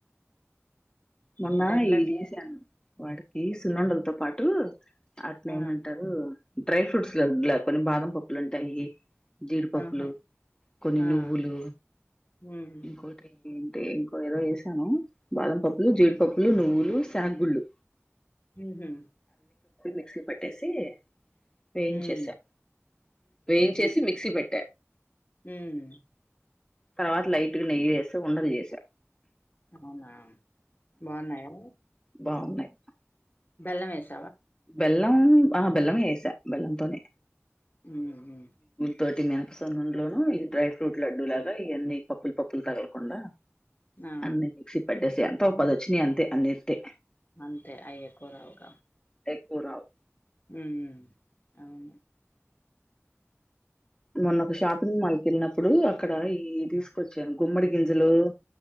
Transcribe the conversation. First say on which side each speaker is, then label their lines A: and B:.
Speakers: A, on the left; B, on the left.
A: మొన్న
B: ఏంటండ్లట్లా
A: ఎం చేశాను వాడికి <unintelligible> పాటు అట్ని
B: ఆ
A: ఏమంటారు డ్రై ఫ్రూట్స్ లో కొన్ని బాదం పప్పులు ఉంటాయి జీడిపప్పులు
B: ఆహా
A: కొన్ని
B: ఆ
A: నువ్వులు
B: హ్మ్.
A: ఇంకోటి ఏంటి ఇంకో ఏదో వసాను బాదం పప్పు ప్పులు జీడిపప్పులు నువ్వులు శనగ్గుళ్ళలు
B: హు హుమ్
A: మిక్సీ పట్టేసి వేయించేసా
B: హ్మ్.
A: వేయించేసి మిక్సీ పెట్
B: హుమ్మ్
A: తర్వాత లైట్ గ నెయ్యి వేసా ఉండలు చేసా
B: అవునా బాగున్నాయా
A: బాగున్నాయ్
B: బెల్లమేస్
A: బెల్లం ఆహా బెళ్ళమే ఏసా బెల్లంతోనే
B: ఉ హు
A: తోటి మెనపసన్నం లోను ఈ డ్రై ఫ్రూట్ లడ్డు లాగా ఇవన్నీ పప్పులు పప్పులు తగలకుండా
B: ఆ!
A: అన్నీ మిక్సీ పట్టేసియా త పదొచ్చినయి అంతే అన్నిస్తే
B: అంతే అయ్య కూరవుగా
A: ఎక్కువ రావు
B: ఉమ్ ఉ అవును
A: మొన్న ఒక షాపింగ్ మాల్ కి వెళ్ళినప్పుడు ఇప్పుడు అక్కడ ఈ తీసుకొచ్చాను గుమ్మడి గింజలు